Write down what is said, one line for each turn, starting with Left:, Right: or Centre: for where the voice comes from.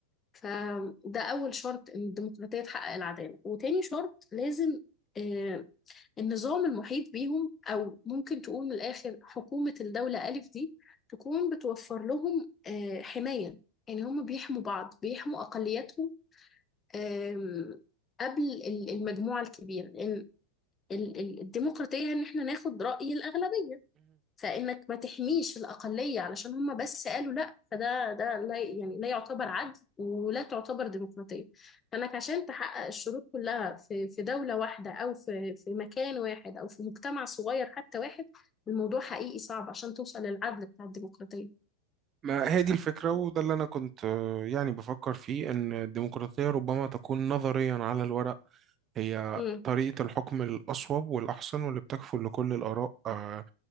Left: فده أول شرط إن الديمقراطية تحقق العدالة وتاني شرط لازم آه، النظام المحيط بيهم أو ممكن تقول من الآخر حكومة الدولة ألف دي تكون بتوفر لهم آه، حماية يعني هم بيحموا بعض بيحموا أقلياتهم آم، قبل ال- المجموعة الكبيرة لأن ال- ال- الديمقراطية إن إحنا ناخد رأي الأغلبية فإنك ما تحميش الأقلية علشان هم بس قالوا لأ فده ده لا يعني لا يعتبر عدل ولا تعتبر ديمقراطية فإنك عشان تحقق الشروط كلها في في دولة واحدة أو في في مكان واحد أو في مجتمع صغير حتى واحد الموضوع حقيقي صعب عشان توصل للعدل بتاع الديمقراطية
Right: ما هي دي الفكرة وده اللي أنا كنت آه، يعني بفكر فيه إن الديمقراطية ربما تكون نظريا على الورق هي
Left: امم
Right: طريقة الحكم الأصوب والأحسن واللي بتكفل لكل الآراء آه،